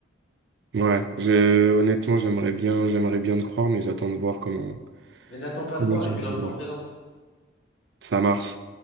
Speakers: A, on the right; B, on the left.
A: Ouais. Je, honnêtement, j'aimerais bien, j'aimerais bien te croire, mais j'attends de voir comment,
B: Mais n'attends pas
A: comment
B: de voir
A: je
B: et
A: vais
B: puis
A: vivre.
B: l'instant présent.
A: Ça marche.